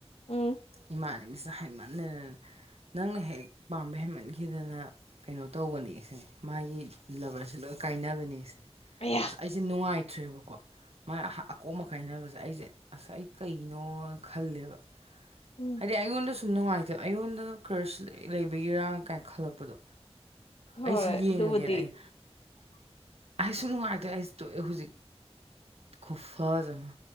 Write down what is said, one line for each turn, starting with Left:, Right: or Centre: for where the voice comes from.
Left: ꯎꯝ
Right: ꯏꯃꯥꯟꯅꯕꯤꯁꯤꯅ ꯍꯥꯏꯃꯟꯗꯅ ꯅꯪꯅ ꯍꯦꯛ ꯄꯥꯝꯕ ꯍꯦꯟꯃꯟꯈꯤꯗꯅ ꯀꯩꯅꯣ ꯇꯧꯕꯅꯦ ꯁꯤꯅꯦ ꯃꯥꯒꯤ ꯂꯕ꯭ꯔꯁꯦ ꯂꯣꯏ ꯀꯥꯏꯅꯕꯅꯦ ꯁꯤꯅꯦ
Left: ꯑꯩꯌꯥ
Right: ꯑꯩꯖꯦ ꯅꯨꯡꯉꯥꯏꯇ꯭ꯔꯦꯕꯀꯣ ꯃꯥꯏ ꯑꯍꯥ ꯑꯀꯣꯝꯕ ꯀꯥꯏꯅꯕꯖꯦ ꯑꯩꯁꯦ ꯑꯁ ꯑꯩ ꯀꯩꯒꯤꯅꯣ ꯈꯜꯂꯦꯕ
Left: ꯎꯝ
Right: ꯍꯥꯏꯗꯤ ꯑꯩꯉꯣꯟꯗ ꯁꯨꯝ ꯅꯨꯡꯉꯥꯏꯇꯦ ꯑꯩꯉꯣꯟꯗ ꯀ꯭ꯔꯁ ꯂꯩꯕꯒꯤꯔꯥ ꯀꯥꯏ ꯈꯜꯂꯛꯄꯗꯣ
Left: ꯍꯣꯏ
Right: ꯑꯩꯁꯤ ꯌꯦꯡꯉꯒꯦꯅꯦ
Left: ꯑꯗꯨꯕꯨꯗꯤ
Right: ꯑꯩ ꯑꯩꯁꯨꯝ ꯅꯨꯡꯉꯥꯏꯔꯛꯇꯦ ꯑꯩꯁ ꯇꯨꯛꯑꯦ ꯍꯧꯖꯤꯛ ꯈꯨꯐꯖ ꯑꯃ